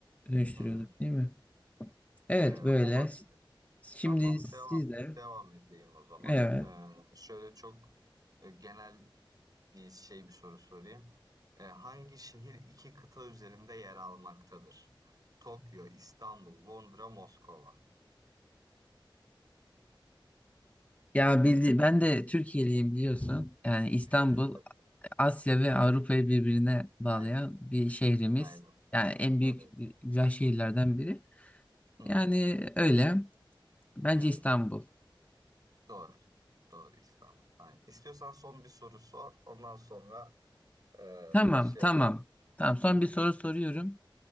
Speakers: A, on the left (about 15°); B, on the right (about 45°).
A: dönüştürüyorduk
B: Hı hı.
A: değil mi? Evet
B: Ee,
A: böyle.
B: olabilir.
A: Şimdi
B: Tamam,
A: siz
B: devam
A: de
B: devam edeyim o zaman.
A: evet.
B: Ee, şöyle çok e, genel bir şey bir soru sorayım. Ee, hangi şehir iki kıta üzerinde yer almaktadır? Tokyo, İstanbul, Londra, Moskova.
A: Ya bildi ben de Türkiye'liyim biliyorsun. Yani İstanbul
B: <laughs>
A: Asya ve Avrupa'yı birbirine bağlayan
B: Aynen,
A: bir şehrimiz.
B: aynen.
A: Yani en büyük
B: Evet.
A: güzel şehirlerden biri.
B: Hı
A: Yani
B: hı,
A: öyle. Bence
B: hı hı.
A: İstanbul.
B: Doğru. Doğru İstanbul. Aynen. İstiyorsan son bir soru sor. Ondan sonra e,
A: Tamam,
B: şey
A: tamam.
B: yapalım.
A: Tamam. Son
B: Hı hı.
A: bir soru soruyorum.